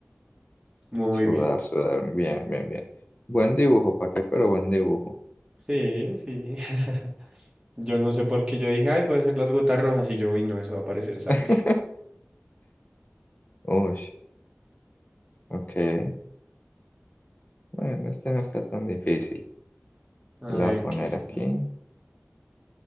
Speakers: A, on the right; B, on the left.
A: muy
B: Sudar,
A: bien.
B: sudar. Bien, bien, bien. Buen dibujo, ¿para qué? Pero buen dibujo.
A: Sí, sí. <laughs> Yo no sé por qué yo dije, ay, puede ser las gotas rojas y yo, uy, no, eso va a parecer sangre.
B: <laughs> Uy, ok. Bueno, este no está tan difícil.
A: A
B: Lo
A: ver,
B: voy a poner
A: ¿qué será?
B: aquí.